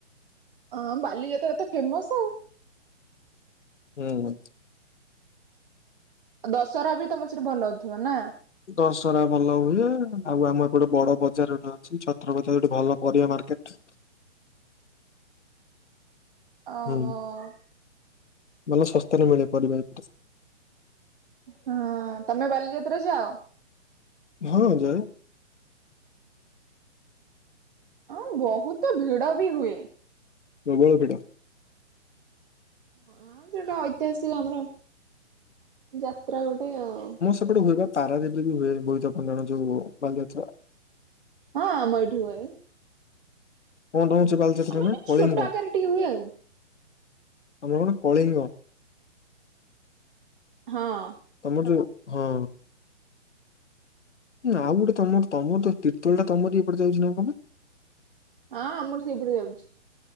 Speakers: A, on the right; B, on the left.
A: ହଁ, ବାଲିଯାତ୍ରା ତ ଫେମସ୍ ଆଉ।
B: ହୁଁ।
A: ଦଶହରା ବି ତମ ସେଠି ଭଲ ହଉଥିବ ନା?
B: ଦଶହରା ଭଲ ହୁଏ। ଆଉ ଆମ ଏ ପଟେ ବଡ ବଜାର ଗୋଟେ ଅଛି ଛତ୍ରବଜାର, ଗୋଟେ ଭଲ ପରିବା ମାର୍କେଟ୍।
A: ଅ
B: ହୁଁ
A: ହ।
B: ଭଲ ଶସ୍ତା ରେ ମିଳେ ପରିବା ଏପଟେ।
A: ହଁ, ତମେ ବାଲିଯାତ୍ରା ଯାଅ?
B: ହଁ, ଯାଏ।
A: ଅଁ ବହୁତୁ ଭିଡ ବି ହୁଏ।
B: ପ୍ରବଳ ଭିଡ଼।
A: ହଁ ସେଟା ଐତିହାସିକ ଆମର, ଯାତ୍ରା ଗୋଟେଁ ଆଉ।
B: ଏପଟେ ହୁଏ ବା ପାରଦୀପ୍ ରେ ବି ହୁଏ। ବୋଇତ ବନ୍ଦାଣ ଯୋଉ ବାଲିଯାତ୍ରା।
A: ହଁ, ଆମ ଏଠି ହୁଏଇ।
B: କଣ ତମ ସେ ବାଲିଯାତ୍ରା
A: ଆମେ ଏଠି
B: ନାଁ? କଳିଙ୍ଗ!
A: ଛୋଟ ଆକାରରେ ଟିକେ ହୁଏ ଆଉ।
B: ଆମର ଣା କଳିଙ୍ଗ।
A: ହଁ।
B: ତମର ଯୋଉ ହଁ। ନା, ଆଉ ଗୁଟେ ତମର, ତମର ତ ତିର୍ତୋଲ ଟା ତମରି ଏପଟେ ଯାଉଛି ନା କଣ ବା?
A: ଆଁ ଆମର ସେଇପଟେ ଯାଉଛି।